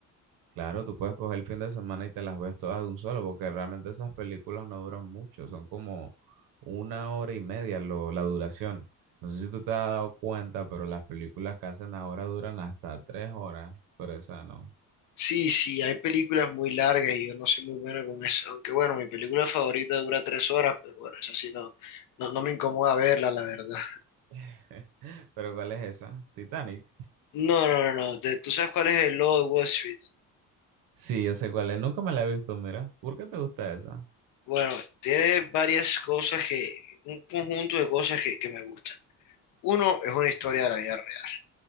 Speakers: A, on the right (about 75°); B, on the left (about 65°).
A: claro, tú puedes coger el fin de semana y te las ves todas de un solo, porque realmente esas películas no duran mucho, son como una hora y media lo, la duración. No sé si tú te has dado cuenta, pero las películas que hacen ahora duran hasta tres horas, pero esa no.
B: Sí, sí, hay películas muy largas y yo no soy muy bueno con eso. Aunque bueno, mi película favorita dura tres horas, pero bueno, eso sí no, no, no me incomoda verla, la verdad.
A: <laughs> ¿Pero cuál es esa? Titanic.
B: No, no, no, no. te- ¿Tú sabes cuál es el logo de Wall Street?
A: Sí, yo sé cuál es. Nunca me la he visto, mira. ¿Por qué te gusta esa?
B: Bueno, tiene varias cosas que, un conjunto de cosas que, que me gustan. Uno, es una historia de la vida real,